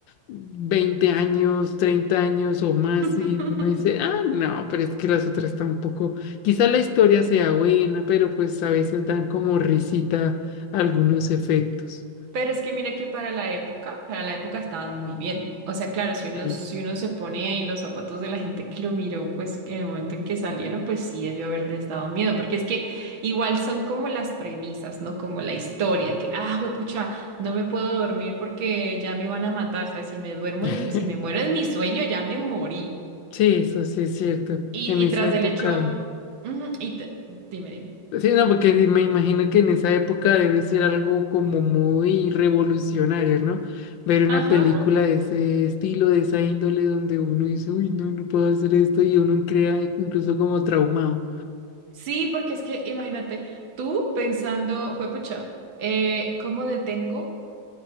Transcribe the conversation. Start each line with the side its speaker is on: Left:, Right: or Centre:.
Left: 20 años, 30 años o más
Right: <laughs>
Left: y uno dice, ah, no, pero es que las otras tampoco, quizá la historia sea buena, pero pues a veces dan como risita algunos efectos.
Right: Pero es que mira que para la época, para la época estaban muy bien. O sea, claro, si uno,
Left: Sí,
Right: si uno se pone en los zapatos de la gente que lo miró, pues en el momento en que salieron, pues sí debió haberles dado miedo, porque es que igual son como las premisas, ¿no? Como la historia, que, ah, juepucha, no me puedo dormir porque ya me van a matar, ¿sabes? Si me duermo,
Left: <laughs>
Right: en- si me muero en mi sueño, ya me morí.
Left: sí, eso sí es cierto.
Right: Y,
Left: En
Right: y
Left: esa
Right: tras
Left: época,
Right: del hecho, ujú, y t- dime, dime.
Left: sí, no, porque me imagino que en esa época debe ser algo como muy revolucionario, ¿no? Ver una
Right: Ajá.
Left: película de ese estilo, de esa índole, donde uno dice, uy, no, no puedo hacer esto y uno crea incluso como traumado.
Right: Sí, porque es que imagínate, tú pensando, juepucha, eh, ¿cómo detengo